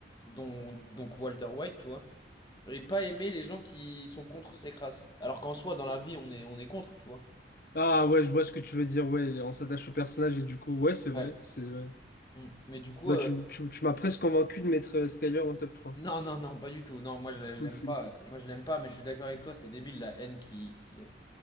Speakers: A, on the left; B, on the left.
A: dont, donc Walter White, tu vois, et pas aimer les gens qui sont contre ces crasses. Alors qu'en soi, dans la vie, on est, on est contre, tu vois.
B: Ah ouais, je vois ce que tu veux dire, ouais, on s'attache au personnage et du coup, ouais, c'est vrai,
A: Ouais.
B: c'est vrai.
A: Mm. Mais du coup,
B: Bah
A: euh,
B: tu, tu, tu m'as presque convaincu de mettre euh, Skyler en top trois.
A: non, non, non, pas du tout. Non, moi, je, je
B: <laughs>
A: l'aime pas. Moi, je l'aime pas, mais je suis d'accord avec toi, c'est débile la haine qui, qui, euh,